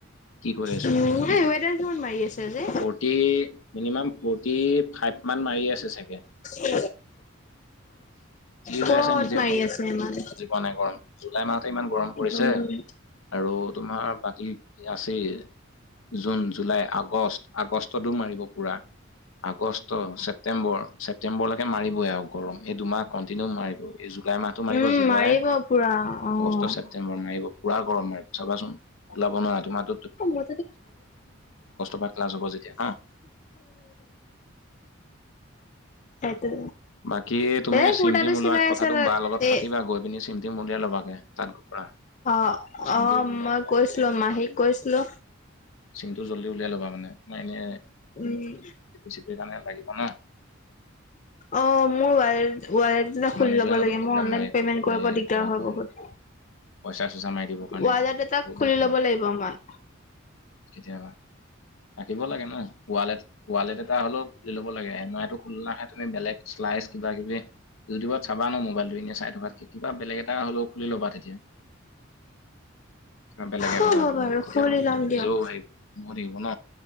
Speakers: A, on the left; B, on the left.
A: কি কৈ আছো
B: উম এই ৱেডাৰ কিমান মাৰি আছে আজি।
A: ফৰ্টি মিনিমাম ফৰ্টি ফাইভ মান মাৰি আছে চাগে।
B: অ।
A: কি হৈ
B: কত
A: আছে নিজে
B: মাৰি আছে ইমান?
A: বুজি পোৱা নাই গৰম জুলাই মাহতে ইমান গৰম পৰিছে
B: উম।
A: আৰু তোমাৰ বাকী আছেই। জুন, জুলাই, আগষ্ট আগষ্টতো মাৰিব পুৰা আগষ্ট ছেপটেম্বৰ ছেপটেম্বৰলৈকে মাৰিবই আৰু গৰম এই দুমাহ কণ্টিনিউ মাৰিব এই জুলাই মাহটো মাৰিব
B: উম
A: জুলাই
B: মাৰিব পুৰা অ'।
A: অগষ্ট ছেপটেম্বৰ মাৰিব পুৰা গৰম মাৰিব চাবাচোন ওলাব নোৱাৰা তোমাৰ
B: <unintelligible>
A: পৰা ক্লাছ হ'ব যেতিয়া হা
B: সেইটো
A: বাকি তুমি
B: এ কুৰ্তাটো
A: চিমটিম
B: চিলাই
A: ওলোৱা কথাটো
B: আছে তাত।
A: বাৰ লগত
B: এ
A: পাতিবা গৈ পিনি, চিমটিম ওলিয়াই ল'বাগে তাত গৈ। পৰা
B: অ
A: চিম
B: অ
A: টিম উলিয়াই
B: মই
A: পেলাই
B: কৈছিলো
A: তেতিয়া হেৰি কৰিব
B: মাহীক
A: পাৰিবা
B: কৈছিলো
A: চিমটো জলদি উলিয়াই ল'বা মানে মই এনে
B: উম
A: সেইকাৰণে লাগিব ন',
B: অহ, মোৰ ৱালে -ৱালেট এটা
A: তোমাৰ
B: খুলি
A: নিজৰে
B: ল'ব
A: নতো
B: লাগে
A: প্ৰব্লেম
B: মোৰ অনলাইন
A: হয়
B: পেমেন্ট কৰিব
A: এ
B: দিগদাৰ
A: কিবা
B: হয়
A: কয়
B: বহুত।
A: পইচা চইচা মাৰি দিবৰ কাৰণে
B: ৱালেট এটা
A: বহুত
B: খুলি
A: দিগদাৰ
B: ল'ব
A: হয়
B: লাগিব মই।
A: কেতিয়াবা থাকিব লাগে ন' ৱালেট -ৱালেট এটা হ'লেও খুলি ল'ব লাগে এনে এইটো খোল নাখায় তুমি বেলেগ লাইকচ কিবা -কিবি ইউটিউবত চাবা মোৰ মোবাইলটো এনে চাই থকাতকে কিবা বেলেগ এটা হ'লো খুলি ল'বা তেতিয়া। বেলেগে
B: হ'ব
A: এপ এটা হলো
B: বাৰু
A: তেতিয়া
B: খুলি ল'ম দিয়ক।
A: নিজেও হেৰি হৈ থাকিব ন।